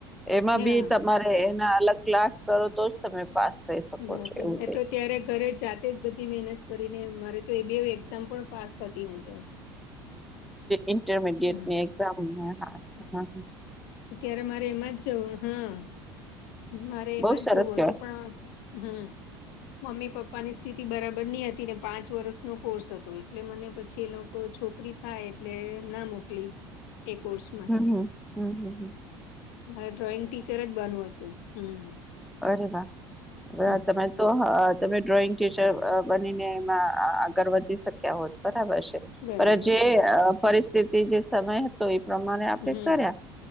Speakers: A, in the centre; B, on the left.
A: એમાં
B: હા,
A: બી તમારે એના અલગ ક્લાસ કરો તો જ તમે પાસ થઈ શકો
B: વા
A: છો
B: કેમ
A: એવું
B: એ તો ત્યારે ઘરે જા તેજ બધી મહેનત કરીને મારે તો એ બી એક્ઝામ પણ પાસ થતી હું તો.
A: ઇન્ટરમીડિયેટની
B: હમ.
A: એક્ઝામ ને <inaudible>
B: અત્યારે મારે એમાં જ જવું હા મારે
A: બહુ
B: એમાં
A: સરસ
B: જ જવું
A: કેવાય
B: હતું પણ હમ્મ. મમ્મી પપ્પાની સ્થિતિ બરાબર ની હતી ને પાંચ વર્ષનો કોર્સ હતો એટલે મને પછી એ લોક કો છોકરી થાય એટલે ના મોકલી. એ કોર્સમાં
A: હમ્મ હમ્મ હમ્મ.
B: મારે ડ્રોઈંગ ટીચર જ બનવું હતું. હમ
A: અરે વાહ! વાહ!
B: હમ.
A: તમે તો તમે ડ્રોઈંગ ટીચર બનીને એમાં આગળ વધી શક્યા હોત બરાબર છે.
B: બરાબર.
A: પણ જે પરિસ્થિતિ જે સમય તો એ પ્રમાણે આપડે
B: હમ, હમ.
A: કર્યા